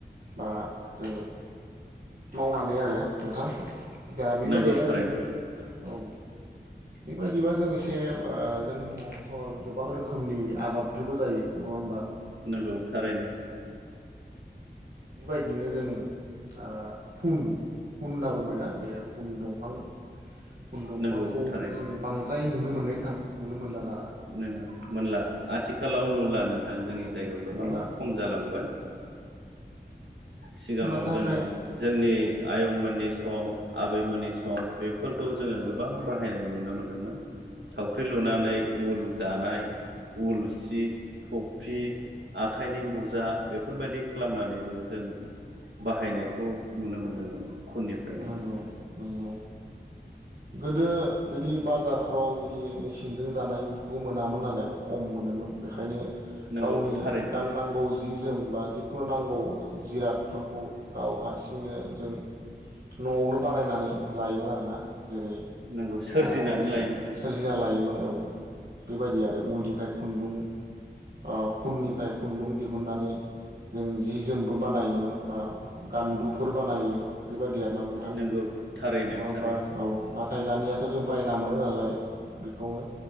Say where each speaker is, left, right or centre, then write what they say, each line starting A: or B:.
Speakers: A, on the right; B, on the right.
A: बा जोङो। मावनानै आरो नोंथां। दा बेबायदिबा
B: नंगौ थारैनो
A: जों औ बेबायदिबा जों एसे आ जों नआवथ' गोबां रोखोमनि आबादफोरबो जायो। नङा होमबा?
B: नंगौ थारैनो।
A: बेबायदिनो जोङो, ओ खुन खुन होनना बुंबायना बे खुन दंफां खुन दंफांखौ
B: नंगौ थारैनो
A: जों बांद्राय नुनो मोननाय थां नुनो मोनला दा।
B: नों मोनला आथिखालाव नुला नों। ा <unintelligible> जोंनि जायगायाव गोबां
A: अब्ला
B: खम जालांबाय। सिगाङाव
A: नो थाखाय
B: जोङो जोंनि आयंमोननि सम आबैमोननि सम बेफोरखौ जोङो गोबां बाहायनाय नुनो मोन्दोंमोन, थावख्रि लुनानै उल दानाय उल सि हि थफि आखाइनि मुजा बेफोरबायदि खालामनानैबो जों बाहायनायखौ नुनो मोनदोंमोन। खुननिफ्रायनो
A: नोंगौ नंगौ। गोदो बिदि बाजारफ्राव बिदि मेचिनजों दानाय बेफोरखौ मोनामोन नालाय खम मोनोमोन बेखायनो
B: नंगौ
A: गावनि
B: थारैनो
A: गाननांगौ जि जोम बा जिखुनु नांगौ जिरादफोरखौ गाव हारसिं बिदिनो जों न'आवनो बानायनानै लायोमोन आरोना। जेरै ओ
B: नंगौ सोरजिनानै
A: जि
B: लायोमोन
A: सोरजिना लायोमोन औ बेबायदि आरो उलनिफ्राय खुन्दुं अ खुननिफ्राय खुन्दुं दिहुननानै जों जि जोमबो बानायोमोन बा गान्दुफोर बानायो बेबायदि <unintelligible> नोंथां
B: नंगौ थारैनो
A: नङा होमबा
B: थारैनो
A: औ ना थाय दानियाथ' जों बायना मोनो नालाय बेखौनो